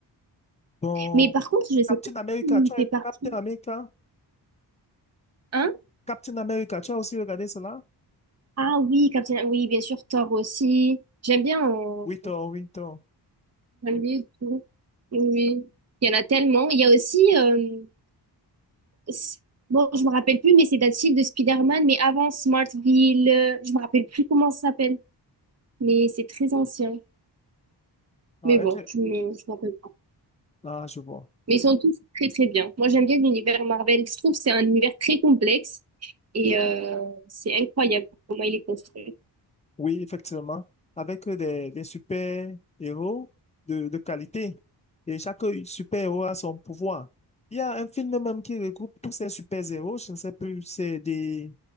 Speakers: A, on the left; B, on the right.
A: Bon,
B: Mais par contre, je sais
A: Captain
B: pas
A: America,
B: s'il
A: tu as
B: fait partie.
A: Captain America?
B: Hein?
A: Captain America, tu as aussi regardé cela?
B: Ah oui, Captain. oui, bien sûr, Thor aussi. J'aime bien en
A: Oui, toi, oui, toi.
B: et tout. Oui, il y en a tellement. Il y a aussi, euh, s- bon, je me rappelle plus, mais c'est d'un style de Spider-Man, mais avant Smartville, euh, je me rappelle plus comment ça s'appelle, mais c'est très ancien.
A: Ah,
B: Mais
A: est-ce,
B: bon, je me, je me rappelle
A: Ah, je vois.
B: Mais ils sont tous très très bien. Moi j'aime bien l'univers Marvel. Je trouve que c'est un univers très complexe et euh, c'est incroyable comment il est construit.
A: Oui, effectivement. Avec euh, des, des super-héros de, de qualité. Et chaque super-héros a son pouvoir. Il y a un film même qui regroupe tous ces super-héros. Je ne sais plus, c'est des,